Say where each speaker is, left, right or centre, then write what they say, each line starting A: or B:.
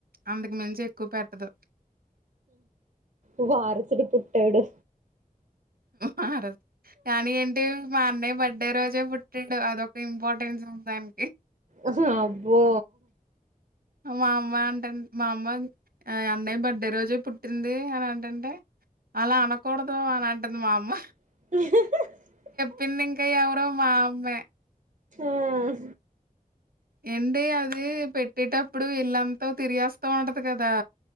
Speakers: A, on the right; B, on the right.
A: అంతకు మించి ఎక్కువ పెట్టదు
B: ఉ వారసుడు పుట్టాడు
A: వారసుడు కానీ ఏంటి మా అన్నయ్య బర్త్డే రోజే పుట్టిండు అదొక ఇంపార్టెన్స్ ఉంది దానికి
B: అహు అబ్బో
A: మా అమ్మ అంటేండి మా అమ్మన్ అన్నయ్య బర్డే రోజే పుట్టింది అని అంటంటే అలా అనకూడదు అని అంటుంది మా అమ్మ
B: <unintelligible>
A: పిన్ని ఇంకా ఎవరో మా అమ్మే
B: ఆహు
A: ఎండి అది పెట్టేటప్ ఇప్పుడు ఇల్లంతా తిరిగేస్తా ఉంటది గదా